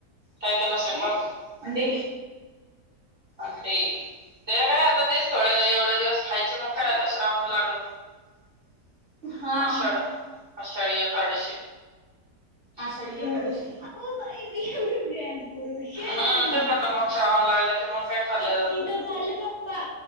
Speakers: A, on the right; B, on the left.
A: काय केला स्वयपाक?
B: अं
A: अंडे. अंडे- ते काय, आता तेच थोडे एवढे दिवस खायचे मग काय
B: अं
A: आता श्रावण लागल मग हा. आषाढ, आषाढी एकादशी. आषाढी
B: बीएमडब्ल्यू
A: एकादशी.
B: ओ बाई <unintelligible>
A: हम्म ते म्हटलं मग श्रावण लागलं की मग काय खाल्लं
B: झाल पप्पा.